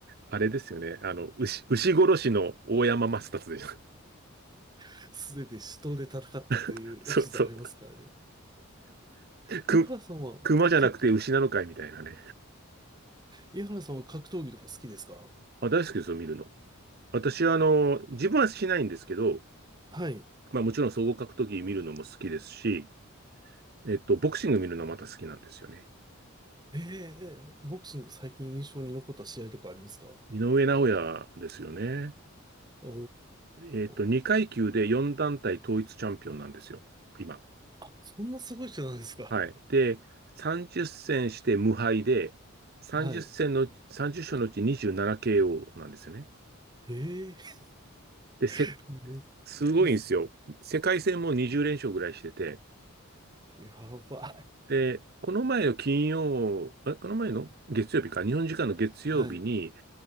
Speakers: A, on the right; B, on the right.
A: あれですよね。あの、牛、牛殺しの大山マ達でしょ。
B: <laughs> すでに死闘で戦ったというエピソードありますからね。
A: <laughs> そうそう。く、
B: 井原さんは格、
A: 熊じゃなくて牛なのかいみたいなね。
B: 井原さんは格闘技とか好きですか
A: あ、大好きですよ、見るの。私は、あの、自分はしないんですけど、
B: はい。
A: まあもちろん総合格闘技見るのも好きですし、えっと、ボクシング見るのまた好きなんですよね。
B: ええボクシング最近印象に残った試合とかありますか
A: 井上尚弥ですよね。
B: お
A: えっと、2階級で4団体統一チャンピオンなんですよ、
B: ー、
A: 今。
B: そんなすごい人なんですか
A: はい。で、30戦して無敗で、30戦の、
B: はい。
A: 30勝のうち 27KO ななケーオーなんですよね。
B: ええ
A: で、せ、
B: <laughs> めっちゃす
A: すごいんですよ。世界戦も20連勝ぐらいしてて、
B: ごい。やば
A: で、この前の金曜、あれこの前の月曜日か、日本時間の月曜日に、
B: い。はい。